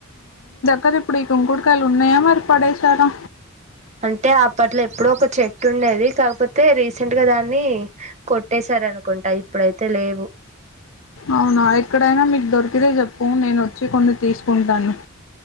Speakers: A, on the left; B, on the right.
A: కాదు ఇప్పుడు ఈ కుంకుడుకాయలు ఉన్నాయా మరి పడేశారా
B: అంటే అప్పట్లో ఎప్పుడో ఒక చెట్టు ఉండేది కాకపోతే రీసెంట్గా దాన్ని కొట్టేశార అనుకుంటా ఇప్పుడైతే లేవు
A: అవునా ఎక్కడైనా మీకు దొరికితే చెప్పు నేను వచ్చి తీసుకుంటాను